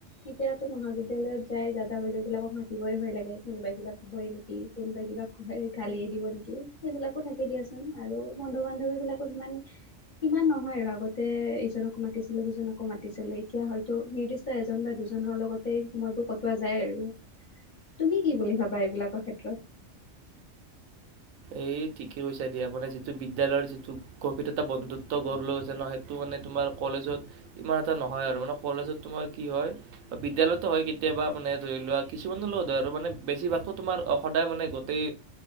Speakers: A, on the left (about 40°); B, on the right (about 85°).
A: এতিয়াতো মহাবিদ্যালয়ত যাই দাদা বাইদেউ বিলাকক মাতিবই ভয় লাগে কোনোবাই কিবা কবইে নেকি কোনোবাই কিবা গালিয়ে দিব নেকি সেইবিলাকো থাকে দিয়াচোন আৰু বন্ধু বান্ধৱী বিলাক সিমান সিমান নহয় আৰু আগতে ইজনকো মাতিছিলো সিজনকো মাতিছিলো এতিয়া হয়তো নিৰ্দিষ্ট এজন বা দুজনৰ লগতে সময়বোৰ কটোৱা যায় আৰু তুমি কি বুলি ভাবা এইবিলাকৰ ক্ষেত্ৰত?
B: এই ঠিকে কৈছা দিয়া মানে যিটো বিদ্যালয়ৰ যিটো গভিৰতা এটা বন্ধুত্ব গঢ় লৈ গৈছে ন সেইটো মানে তোমাৰ কলেজত ইমান এটা নহয় আৰু মানে কলেজত তোমাৰ কি হয় বিদ্য়ালয়ো হয় কেতিয়াবা মানে ধৰি লোৱা কিছুমানৰ লগত মানে বেছিভাগো তোমাৰ সদায় মানে গোটেই